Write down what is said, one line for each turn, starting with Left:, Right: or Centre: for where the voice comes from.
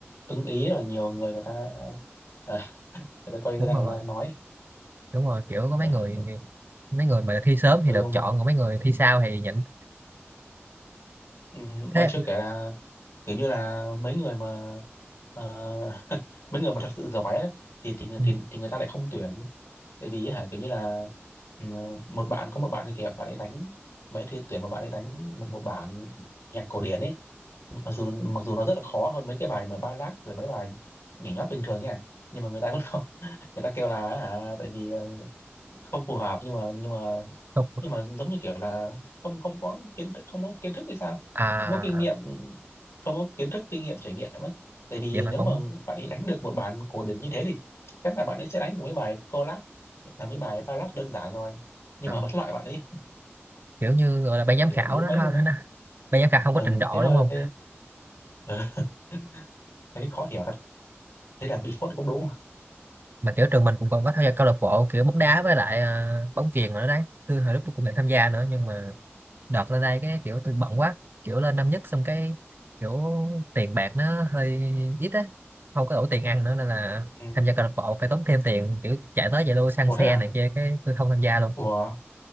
Left: ưng ý rồi nhiều người người ta à, người ta quay
Right: đúng
Left: ra
Right: rồi
Left: người ta nói
Right: đúng rồi kiểu có
Left: ờ
Right: mấy người mấy người mà thi sớm thì
Left: ừ
Right: được
Left: mà
Right: chọn còn mấy người thi sau thì nhịn
Left: ừ, mà
Right: thế
Left: chưa kể là kiểu như là mấy người mà ờ, <laughs> mấy người mà thật sự giỏi ấy, thì, thì người-
Right: ừ,
Left: thì thì người ta lại không tuyển tại vì hả kiểu như là ừ, một bạn có một bạn thì kìa bạn ấy đánh mấy thì tuyển một bạn ấy đánh một, một bản nhạc cổ điển ấy mặc dù mặc dù nó rất là khó hơn mấy cái bài mà ballad rồi mấy bài nhảy nhót bình thường nha nhưng mà người ta vẫn không <laughs> người ta kêu là hả, tại vì ờ, không phù hợp nhưng mà nhưng mà
Right: không
Left: nhưng mà giống như kiểu là không không có kiến thức không có kiến thức hay sao
Right: à
Left: không có kinh nghiệm không có kiến thức kinh nghiệm trải nghiệm ấy tại vì
Right: vậy mà
Left: nếu
Right: cũng
Left: mà bạn ấy đánh được một bản cổ điển như thế thì chắc là bạn ấy sẽ đánh được mấy bài collab là mấy bài ballad đơn giản rồi nhưng
Right: à,
Left: mà <laughs> vẫn loại bạn ấy
Right: kiểu như gọi
Left: <laughs>
Right: là ban giám
Left: kiểu
Right: khảo
Left: đúng
Right: đó
Left: mấy
Right: ha
Left: luôn ấy
Right: nó, ban giám khảo không
Left: ừ,
Right: có trình độ
Left: thế hơi
Right: đúng không
Left: ừ, <laughs> thấy khó hiểu thật thế là bị phốt cũng đúng
Right: mà kiểu trường mình cũng còn có tham gia câu lạc bộ kiểu bóng đá với lại à, bóng chuyền rồi đó đấy tôi hồi lúc tôi cũng định tham gia nữa nhưng mà đợt lên đây cái kiểu tôi bận quá kiểu lên năm nhất xong cái kiểu tiền bạc nó hơi ít á không có đủ tiền ăn nữa nên là
Left: Ừ.
Right: tham gia câu lạc bộ phải tốn thêm tiền kiểu chạy tới chạy lui xăng
Left: Ủa
Right: xe
Left: thế à?
Right: này kia cái tôi không tham gia luôn
Left: Ủa,